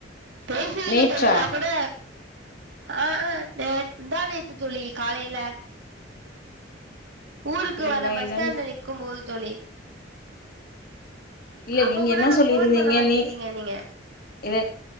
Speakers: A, on the right (about 75°); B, on the left (about 50°).
A: பேசுவீங்க
B: நேற்றா
A: தோழி நா கூட ஆ ஆ நேத் முந்தாநேத்து தோழி காலையில ஊருக்கு
B: அப்டிங்களா
A: வர பஸ்
B: என்னன்னு
A: ஸ்டாண்ட்ல நிக்கும்போது தோழி
B: இல்ல
A: அப்ப
B: நீங்க
A: கூட
B: என்ன
A: நா
B: சொல்லிருந்தீங்க
A: ஃபோன் பண்ணவான்னு
B: நீ
A: கேட்டீங்க நீங்க
B: இல